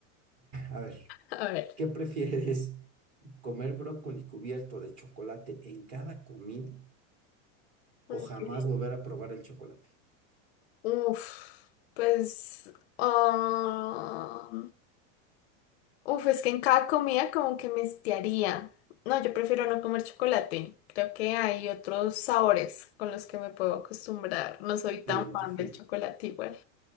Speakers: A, on the right; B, on the left.
A: A ver,
B: A ver.
A: ¿qué prefieres? ¿Comer brócoli cubierto de chocolate en cada comida
B: ok.
A: o jamás volver a probar el chocolate?
B: Uf, pues. ah, uf, es que en cada comida como que me estiaría. No, yo prefiero no comer chocolate. Creo que hay otros sabores con los que me puedo acostumbrar. No soy
A: Te
B: tan
A: identifico.
B: fan del chocolate igual.